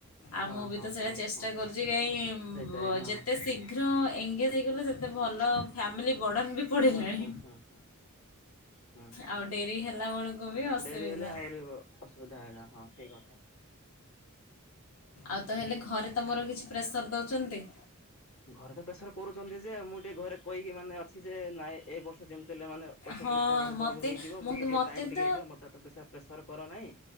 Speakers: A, on the left; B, on the left.
A: ଆଉ
B: ହଁ
A: ମୁଁ ବି
B: ହଁ
A: ତ ସେଇଟା
B: ହଁ
A: ଚେଷ୍ଟା
B: ହଁ
A: କରୁଛି କାଇଁ
B: ସେଇଟା
A: ବ
B: ହଁ
A: ଯେତେ ଶୀଘ୍। ଶୀଘ୍ର ଏଙ୍ଗେଜ୍ ହେଇଗଲେ ସେତେ ଭଲ ଫ୍ୟାମିଲି ବର୍ଡ଼ନ୍ ବି। ପଡ଼ିଲାଣି
B: ହୁଁ ହୁଁ ହୁଁ ହୁଁ। ହୁଁ ହୁଁ
A: ଆଉ ଡେରି ହେଲା ବେଳକୁ ବି ଅସୁବିଧା
B: ଡେରି ହେଲେ ଆହୁରି ଅସୁବିଧା ହେଗା ହଁ ଠିକ କଥା।
A: ଆଉ ତ ହେଲେ ଘରେତମର କିଛି ପ୍ରେସର ଦେଉଛନ୍ତି।
B: ଘରେ ତ ପ୍ରେସର କରୁଛନ୍ତି ଯେ ମୁଁ ଟିକେ ଘରେ କହିକି ମାନେ ଅଛି ଯେ ନାଇଁ ଏ ବର୍ଷ। ଯେିମିତି ହେଲେ ମାନେ ଓଡ଼ିଶା
A: ହଁ
B: ପୋଲିସଟା ମୋର
A: ମୋତେ
B: ଜବ୍ ହୋଇଯିବ
A: ମୁଁ
B: ମୋ ଟିକେ
A: ମୋତେ
B: ଟାଇମ୍ ଟିକେ
A: ତ
B: ଦିଅ ମୋତେ ତ ଏତେ। ପ୍ରେସର୍ କର ନାହିଁ